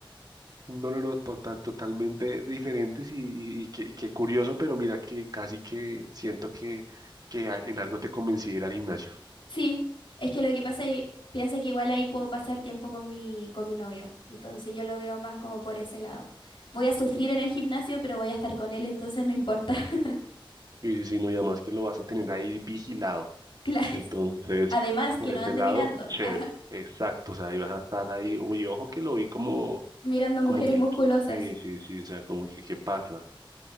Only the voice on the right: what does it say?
No, no, no, tota- totalmente diferentes y, y- y qué, y qué curioso, pero mira que casi que siento que, que a- en algo te convencí de ir al gimnasio.
Sí, sí, sí, no, y además que lo vas a tener ahí vigilado.
Entonces,
por
ese
lado,
chévere,
exacto, o sea, ibas a estar ahí, uy, ojo que lo vi como,
como que,
sí, sí, sí, o sea, como que, ¿qué pasa?